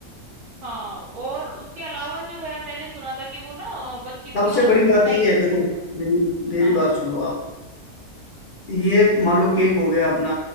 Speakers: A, on the right; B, on the left.
A: हाँ और उसके अलावा जो है मैंने सुना था कि वो ना अ, बच्ची को
B: सबसे
A: ना
B: बड़ी बात
A: साइक
B: ये है देखो मेरी मेरी
A: हाँ हाँ
B: बात सुनो आप ये मान लो केक हो गया अपना